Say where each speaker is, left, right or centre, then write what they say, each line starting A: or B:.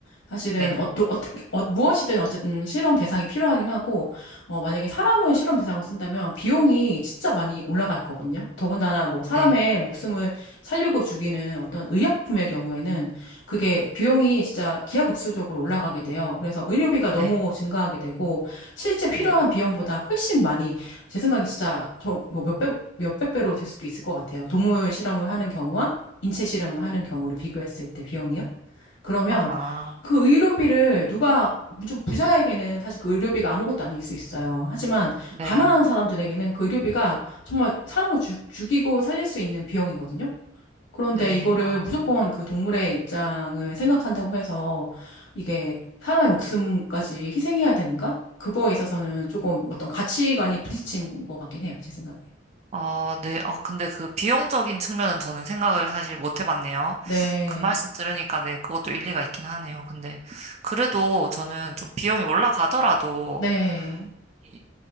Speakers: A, on the left (about 70°); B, on the right (about 35°).
A: 사실은,
B: 네,
A: 어, 또 어떻게, 어, 무엇이든 어쨌든 실험 대상이 필요하긴 하고, 어, 만약에 사람을 실험 대상으로 쓴다면 비용이 진짜 많이 올라갈 거거든요. 더군다나 뭐 사람의
B: 네,
A: 목숨을 살리고 죽이는 어떤 의약품의 경우에는 그게 비용이 진짜 기하급수적으로 올라가게 돼요. 그래서 의료비가
B: 네,
A: 너무 증가하게 되고, 실제 필요한
B: 네.
A: 비용보다 훨씬 많이 제 생각에 진짜 정- 뭐 몇백, 몇백 배로 될 수도 있을 것 같아요. 동물 실험을
B: 어,
A: 하는 경우와 인체 실험을 하는 경우를 비교했을 때 비용이요. 그러면
B: 아,
A: 그 의료비를 누가, 좀 부자에게는 사실 그 의료비가 아무것도 아닐 수 있어요. 하지만
B: 네,
A: 가난한 사람들에게는 그 의료비가 정말 사람을 죽, 이고 살릴 수 있는 비용이거든요. 그런데
B: 네,
A: 이거를
B: 아.
A: 무조건 그 동물의 입장을 생각한다고 해서 이게 사람의 목숨까지 희생해야 되는가? 그거에 있어서는 조금 어떤 가치관이 부딪히는 것 같긴 해요, 제 생각에.
B: 아, 네. 어, 근데 그 비용적인 측면은 저는 생각을 사실 못 해봤네요.
A: 네,
B: 그 말씀 들으니까 네, 그것도 일리가 있긴 하네요. 근데 그래도 저는 좀 비용이 올라가더라도
A: 네,
B: 이